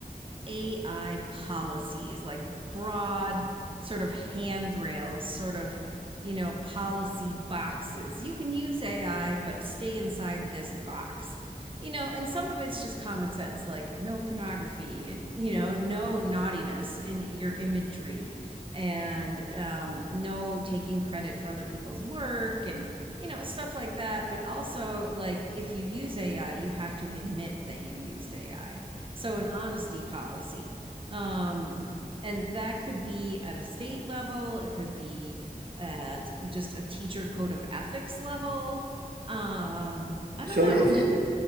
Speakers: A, on the right (about 35°); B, on the right (about 85°).
A: AI policies, like broad sort of handrails, sort of, you know, policy boxes. You can use AI, but stay inside this box. You know, and some of it's just common sense, like no pornography and, you know, no naughtiness in your imagery and um, no taking credit for other people's work and, you know, stuff like that. But also, like, if you use AI, you have to admit that you used AI so an honesty policy. Um, and that could be at a state level, it could be at just a teacher code of ethics level. Um, I
B: so
A: don't know.
B: if, it-
A: Like,